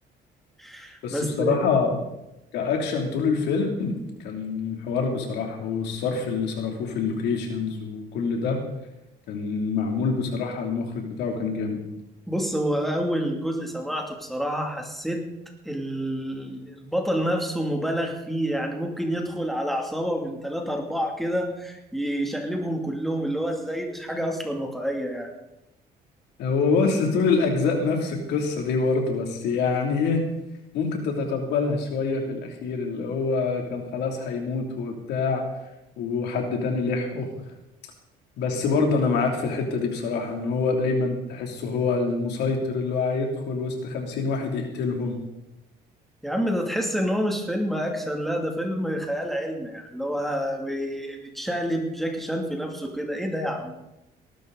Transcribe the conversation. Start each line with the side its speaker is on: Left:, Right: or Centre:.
Centre: <laughs>
Left: بس
Centre: بس
Left: بصراحة كأكشن طول الفيلم كان حوار بصراحة والصرف اللي صرفوه في اللوكيشنز وكل ده كان معمول بصراحة المخرج بتاعه كان جامد
Centre: بص هو اول جزء سمعته بصراحه حسيت ال- البطل نفسه مبالغ فيه يعني ممكن يدخل على عصابه من ثلاثة أربعة كده يشقلبهم كلهم اللي هو ازاي مش حاجة أصلا واقعية يعني
Left: هو بس طول الأجزاء نفس القصة دي برضه بس يعني إيه، ممكن تتقبلها شوية في الأخير اللي هو كان خلاص هيموت وبتاع وحد تاني لحقه بس برضه أنا معاك في الحتة دي بصراحة إن هو دايما تحسه هو المسيطر اللي هو هيدخل وسط خمسين واحد يقتلهم
Centre: يا عم ده تحس ان هو مش فيلم اكشن لا ده فيلم خيال علمي يعني اللي هو بي- بيتشقلب جاكي شان في نفسه كده ايه ده يا عم